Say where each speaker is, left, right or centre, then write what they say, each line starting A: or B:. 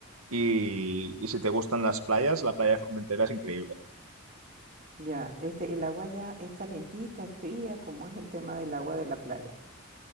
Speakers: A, on the right; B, on the right.
A: Y, y si te gustan las playas, la playa de Formentera es increíble.
B: Ya, este, el agua ya es calientita, es fría, ¿cómo es el tema del agua de la playa?